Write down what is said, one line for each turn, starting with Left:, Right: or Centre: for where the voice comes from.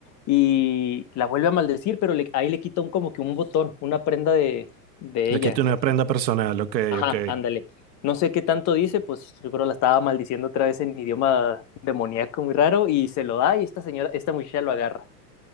Left: y la vuelve a maldecir, pero le- ahí le quita un, como que un botón, una prenda de, de
Right: le
Left: ella.
Right: quito una prenda personal. Ok,
Left: Ajá,
Right: ok.
Left: ándale. No sé qué tanto dice, pues yo creo la estaba maldiciendo otra vez en idioma demoníaco muy raro y se lo da y esta señora, esta muchacha lo agarra.